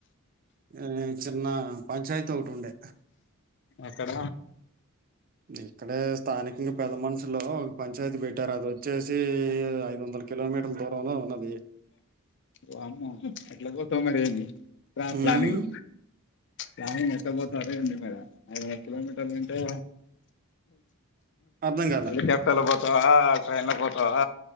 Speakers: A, on the right; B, on the left.
A: ఊ చిన్న పంచాయితీ ఒకటి ఉండే
B: క్కడ
A: ఇక్కడే స్థానికంగా పెద్ద మనుషులు ఒక పంచాయతీ పెట్టారు అది వచ్చే సి ఐదు వందల కిలోమీటర్ల దూరంలో ఉన్నది.
B: వామ్మో ఎట్ల పోతవ్ మరి ఏంది వాట్
A: హ్మ్
B: ప్లానింగ్ ప్లానింగ్ ఎట్ల పోతారో ఏంది మరి ఐదు వందల కిలో మీటర్లంటే
A: అర్థం కాలే.
B: హెలికాప్టర్ల పోత వా ట్రైన్లా పోతావా